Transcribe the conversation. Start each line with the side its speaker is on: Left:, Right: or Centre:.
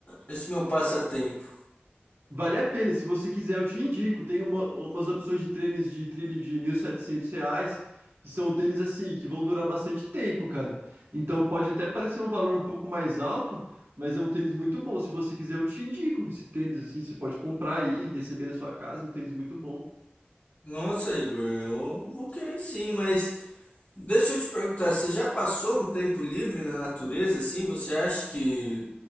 Left: esse meu passatempo.
Right: vale a pena. Se você quiser, eu te indico. Tem uma- umas opções de tênis de trilha de 1.700 reais, que são tênis assim, que vão durar bastante tempo, cara. Então pode até parecer um valor um pouco mais alto, mas é um tênis muito bom. Se você quiser, eu te indico. Esse tênis assim, você pode comprar aí, receber na sua casa, um tênis muito bom.
Left: Nossa, Igor, eu vou querer sim, mas deixa eu te perguntar, você já passou um tempo livre na natureza, assim? Você acha que